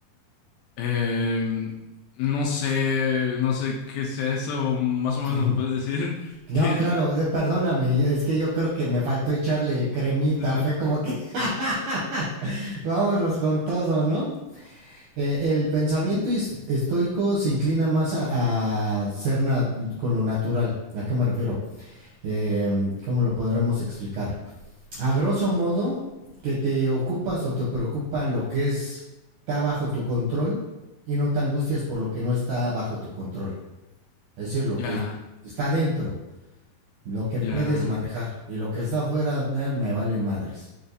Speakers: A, on the left; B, on the right.
A: Em, no sé, no sé qué sea eso. Más o menos
B: <laughs>
A: me puedes decir <laughs>
B: No,
A: que es.
B: claro, perdóname, es que yo creo que me faltó echarle cremita,
A: <laughs>
B: fue como que <laughs> vámonos con todo, ¿no? Eh, el pensamiento estoico se inclina más a, a ser con lo natural. ¿A qué me refiero? Eh, ¿Cómo lo podremos explicar? a grosso modo, que te ocupas o te preocupa lo que es, está bajo tu control y no te angustias por lo que no está bajo tu control. Es decir, lo
A: Ya,
B: que está dentro, lo que puedes
A: ya,
B: manejar y lo que está afuera, eh, me vale madres.